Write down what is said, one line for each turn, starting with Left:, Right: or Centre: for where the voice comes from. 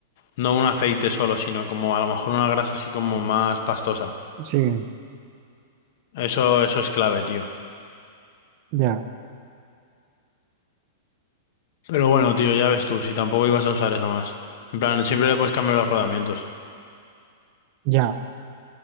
Left: No un aceite solo, sino como a lo mejor una grasa así como más pastosa.
Right: sí,
Left: Eso, eso es clave, tío.
Right: ya,
Left: Pero bueno, tío, ya ves tú, si tampoco ibas a usar eso más. En plan, siempre le puedes cambiar los rodamientos.
Right: ya.